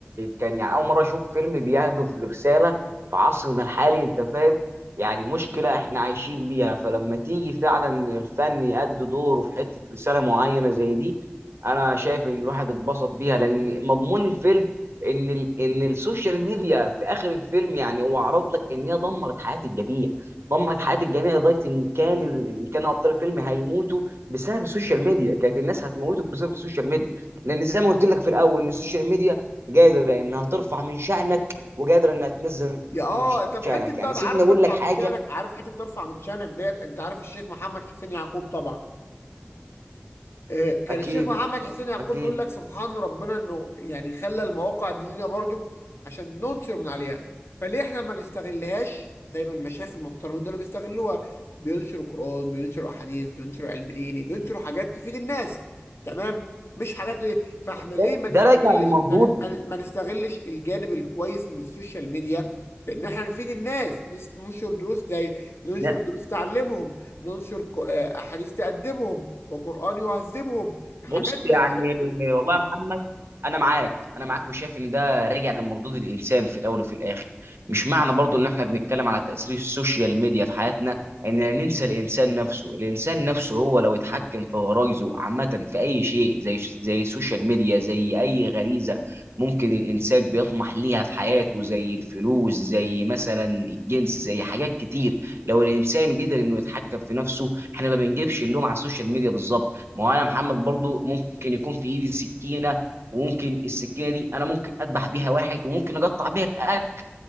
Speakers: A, on the right (about 80°); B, on the left (about 85°).
A: كان يعني أول مرة أشوف فيلم بيهدف لرسالة في عصرنا الحالي أنت فاهم يعني مشكلة إحنا عايشين بيها فلما تيجي فعلا الفن يأدي دوره في حتة رسالة معينة زي دي أنا شايف إن الواحد اتبسط بيها لأن مضمون الفيلم إن ال إن السوشيال ميديا في آخر الفيلم يعني هو عرض لك إن هي دمرت حياة الجميع دمرت حياه الجميع لدرجه ان كان ان كانوا ابطال الفيلم هيموتوا بسبب السوشيال ميديا كانت الناس هتموتوا بسبب السوشيال ميديا لان زي ما قلت لك في الاول ان السوشيال ميديا قادره انها ترفع من شانك وقادره انها تنزل
B: يا اه
A: من
B: طب
A: شانك
B: حته
A: يعني
B: بقى
A: سيبني
B: عارف
A: اقول
B: ترفع
A: لك حاجه
B: من شانك عارف حته ترفع من شانك ديت انت عارف الشيخ محمد حسين يعقوب طبعا آه، كان
A: اكيد
B: الشيخ محمد حسين يعقوب
A: اكيد
B: يقول لك سبحان ربنا انه يعني خلى المواقع دي لنا برضو عشان ننصر من عليها فليه احنا ما نستغلهاش زي ما المشايخ المحترمين دول بيستغلوها بينشروا قرآن بينشروا احاديث بينشروا علم ديني بينشروا حاجات تفيد الناس تمام مش حاجات ليه فاحنا ليه
A: ده,
B: ما نستغلش
A: ده راجع لمردود
B: ما ن- ما ن- ما نستغلش الجانب الكويس من السوشيال ميديا في ان احنا نفيد الناس نس- ننشر دروس زي ننشر
A: ده
B: دروس تعلمهم ننشر ك- آه، احاديث تأدبهم وقرآن يعذبهم حاجات
A: بص
B: من
A: يعني
B: الحاجات
A: والله يا محمد انا معاك انا معاك وشايف ان ده راجع لمردود الانسان في الاول وفي الاخر مش معنى برضو ان احنا بنتكلم على تاثير السوشيال ميديا في حياتنا اننا ننسى الانسان نفسه الانسان نفسه هو لو اتحكم في غرايزه عامه في اي شيء زي زي السوشيال ميديا زي اي غريزه ممكن الانسان بيطمح ليها في حياته زي الفلوس زي مثلا الجنس زي حاجات كتير لو الانسان قدر انه يتحكم في نفسه احنا ما بنجيبش اللوم على السوشيال ميديا بالظبط ما هو انا محمد برضو ممكن يكون في ايدي سكينه وممكن السكينه دي انا ممكن اذبح بيها واحد وممكن اقطع بيها الاكل